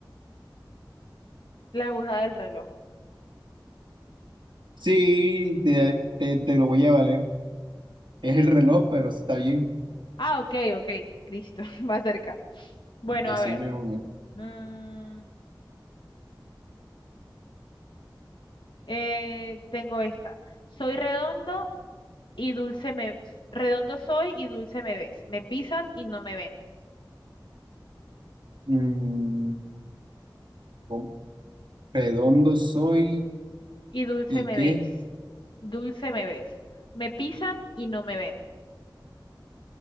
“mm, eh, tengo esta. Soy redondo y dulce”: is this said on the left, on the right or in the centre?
Left